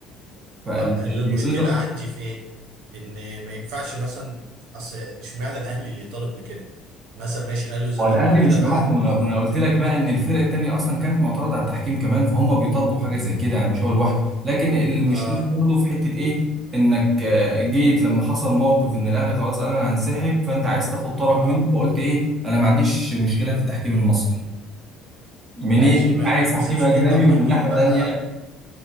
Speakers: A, on the right (about 30°); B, on the right (about 65°).
A: فالوزر
B: طب ال- المشكله عندي في ايه ان ما ينفعش مثلا اصل اشمعنى الاهلي اللي طالب بكده مثلا ماشي الاهلي وزي
A: هو
B: طب
A: الاهلي
B: ما كده
A: مش
B: بقى
A: لوحده ما
B: نو
A: انا ما أنا قلت لك بقى ان الفرق التانيه اصلا كانت معترضه على التحكيم كمان فهم بيطالبوا بحاجه زي كده يعني مش هو لوحده لكن المشكله
B: اه
A: برضه في حته ايه انك آه، جيت لما حصل موقف ان الاهلي خلاص قال انا هنسحب فانت عايز تاخد طرف
B: اه
A: منه فقلت ايه انا ما عنديش مشكله في التحكيم المصري منين
B: ماشي
A: انت
B: ما
A: عايز
B: هي بتتحسبش
A: تحكيم اجنبي
B: كده طب ما
A: ومن
B: نجيب
A: ناحيه
B: بقى
A: تانيه